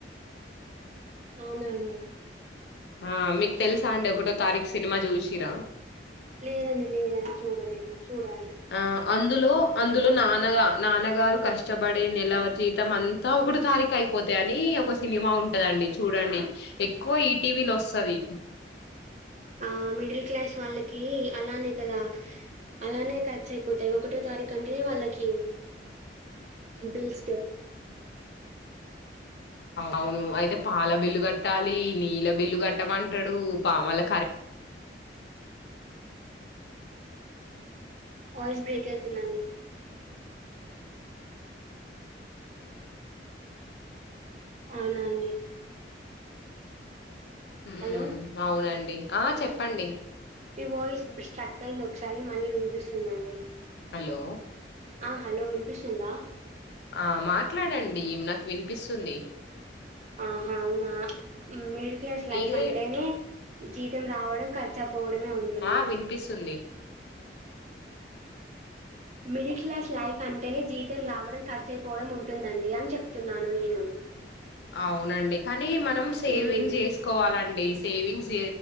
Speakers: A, on the right; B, on the left.
A: అవునా అండి
B: ఆ మీకు తెలుసా అండి ఒకటో తారీఖు సినిమా చూసిరా
A: లేదండి లేదని చూడలేదు చూడాలి
B: ఆ అందులో అందులో నాన్న నాన్నగారు కష్టపడే నిలవ జీతం అంతా ఒకటి తారీఖ్ అయిపోతా అని ఒకస్ సినిమా ఉంటదండి చూడండి ఎక్కువ ఈటీవీలో వస్తది.
A: ఆ మిడిల్ క్లాస్ వాళ్ళకి అలానే కదా అలానే ఖర్చు అయిపోతాయి. ఒకటో తారీఖు అంటే వాళ్ళకి బిల్స్టే
B: అవును అయితే పాల బిల్లు కట్టాలి. నీళ్ళ బిల్లు కట్టమంటడు. పా వాళ్ళ కరీ
A: వాయిస్ బ్రేక్ అయితుందండి అవునా అండి
B: ఉమ్
A: హలో!
B: అవునండి ఆ చెప్పండి
A: మీ వాయిస్ స్ట్రక్ అయింది. ఒకసారి మళ్ళీ వినిపిస్తుందండి
B: హలో
A: ఆ హలో విన్పిస్తుందా
B: ఆ మాట్లాడండి నాకు వినిపిస్తుంది
A: ఆహా అవునా మిర్ లస్
B: మీదే
A: లైఫ్ అంటేనే జీతం రావడం ఖర్చు పోవడమే ఉంటుంది
B: ఆ వినిపిస్తుంది
A: మిడిల్ క్లాస్ లైఫ్ అంటేనే జీతం రావడం ఖర్చయిపోవడం ఉంటుందండి అని చెప్తున్నాను నేను
B: అవునండి కానీ మన మనం సేవింగ్
A: హ్మ్.
B: చేసుకోవాలండి సేవింగ్స్